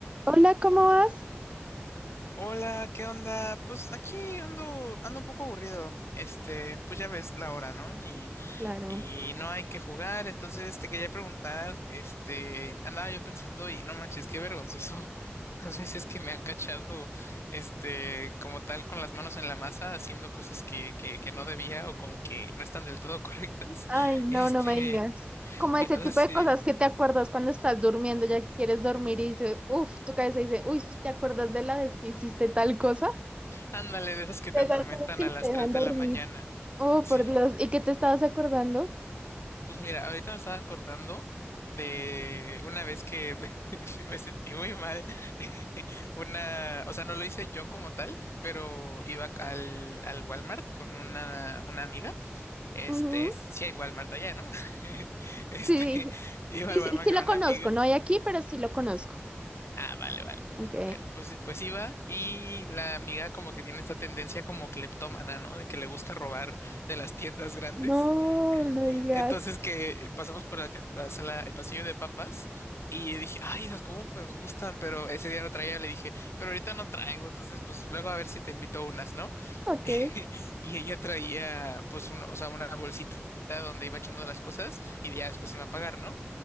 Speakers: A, on the right; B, on the left.
A: Hola, ¿cómo vas?
B: Hola, ¿qué onda? Pues aquí ando, ando un poco aburrido. Este, pues ya ves la hora, ¿no? Y,
A: Claro.
B: y no hay que jugar, entonces te quería preguntar, este, andaba yo pensando y no manches, qué vergonzoso. <laughs> Las veces que me han cachado, este, como tal, con las manos en la masa, haciendo cosas que, que, que no debía o como que no están del todo correctas.
A: Ay,
B: <laughs>
A: no,
B: Este,
A: no me digas. Como
B: y
A: ese
B: no
A: tipo
B: sé si,
A: de cosas que te acuerdas cuando estás durmiendo, ya quieres dormir y dices, uff, tu cabeza dice, uy, ¿te acuerdas de la vez que hiciste tal cosa?
B: ándale, de esas que te
A: De
B: atormentan
A: Esas cosas que
B: a
A: no
B: las
A: te dejan
B: 3 de
A: dormir.
B: la mañana.
A: Oh,
B: Sí.
A: por Dios, ¿y qué te estabas acordando?
B: Pues mira, ahorita me estaba acordando de una vez que <laughs> me sentí muy mal. <laughs> Una, o sea, no lo hice yo como tal, pero iba al, al Walmart con una, una amiga. Este,
A: Ujú.
B: sí hay Walmart allá, ¿no? <laughs> Este,
A: Sí,
B: iba
A: sí,
B: al Walmart
A: sí, sí
B: con
A: lo
B: una
A: conozco,
B: amiga.
A: no hay aquí, pero sí lo conozco.
B: Ah, vale, vale.
A: Ok.
B: Bueno, pues, pues iba y la amiga como que tiene esta tendencia como cleptómana, ¿no? De que le gusta robar de las tiendas grandes.
A: No, no digas.
B: Entonces que pasamos por la, tien- la sala, el pasillo de papas y dije, ay, esas cómo me gustan, pero ese día no traía, le dije, pero ahorita no traigo, entonces pues luego a ver si te invito unas, ¿no?
A: Ok.
B: <laughs> Y ella traía pues un- o sea, una bolsita donde iba echando las cosas y ya después iba a pagar, ¿no?